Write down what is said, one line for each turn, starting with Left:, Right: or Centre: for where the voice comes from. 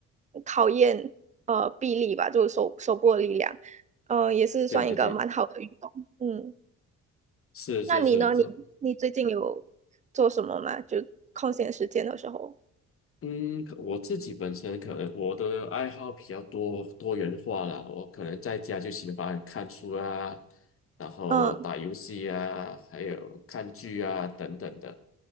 Right: 考验呃臂力吧，就是手手部的力量，呃也是算一个蛮好的运动，
Left: 对对对，
Right: 嗯。
Left: 是是是，
Right: 那你呢？
Left: 这
Right: 你你最近有做什么吗？就空闲时间的时候，
Left: 嗯，可我自己本身可能我的爱好比较多多元化啦，我可能在家就喜欢看书啊，然后打游戏啊，
Right: 嗯，
Left: 还有看剧啊等等的。